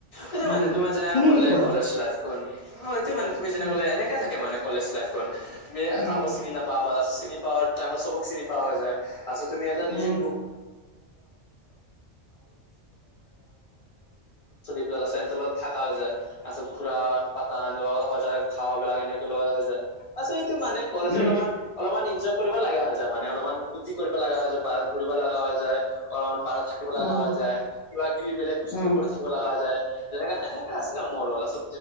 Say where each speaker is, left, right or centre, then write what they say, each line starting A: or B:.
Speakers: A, on the left; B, on the left.
A: এতিয়া
B: উম
A: মানে তোমাৰ যেনে
B: তুমি
A: ক'লে
B: কি কোৱা
A: কলেজ লাইফখন অ এতিয়া মানে তুমি যেনে
B: উম
A: ক'লে এনেকে তাকে মানে কলেজ লাইফখন এহ্ হে হে তুমি
B: উম
A: কাগজ চিনি নাপ পাৱাৰছ চিনি পাৱাৰ টাইমত চবক চিনি পোৱা হৈ যায় তাৰপিছত তুমি এটা
B: উম
A: নিজে গ্ৰু <unintelligible> ও লা লা চেণ্টলত থাকা হৈ যায় তাৰপিছত ঘুৰা তাৰ লগত হৈ যায় খাৱ বেলা এনেকে লগত হৈ যায় তাৰপিছত এইটো মানে কলেজে
B: উম উম
A: অলপমান অলপমান এনজয় কৰিব লগা হৈ যায় মানে অলপমান ফুৰ্তি কৰিব লগা হৈ যায় বাৰত ঘূৰিব লগা হৈ যায়। অলপমান বাৰত থাকিব লগা
B: অ
A: হৈ যায় কিবা কিবি বেলেগ বস্তু
B: উম
A: কৰি থাকিব লগা হৈ যায়। যেনেকা এনেকা আছিল আৰু মোৰ অল আছে